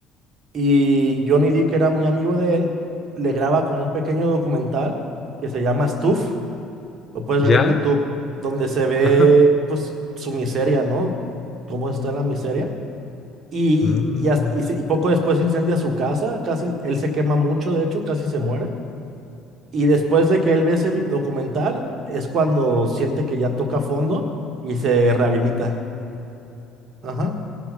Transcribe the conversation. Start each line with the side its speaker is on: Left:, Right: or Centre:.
Right: Y Johnny Depp, que era muy amigo de él, le graba como un pequeño documental que se llama Stuff, lo puedes
Left: ¿Ya?
Right: ver en YouTube, donde se ve
Left: Ajá.
Right: pues su miseria, ¿no? Cómo está en la miseria. Y,
Left: Mm.
Right: y, hasta- y se- y poco después incendia su casa, casi, él se quema mucho, de hecho, casi se muere. Y después de que él ve ese vi- documental, es cuando siente que ya toca fondo y se rehabilita. Ajá.